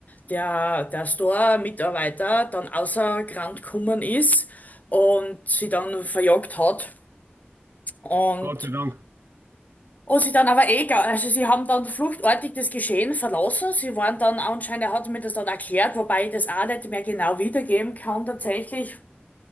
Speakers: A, on the left (about 40°); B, on the right (about 80°).
A: der, der Store-Mitarbeiter dann außer Rand gekommen ist und sie dann verjagt hat. Und,
B: Gott sei Dank.
A: und sie dann aber egal, also sie haben dann fluchtartig das Geschehen verlassen. Sie waren dann anscheinend, er hat mir das dann erklärt, wobei ich das auch nicht mehr genau wiedergeben kann tatsächlich.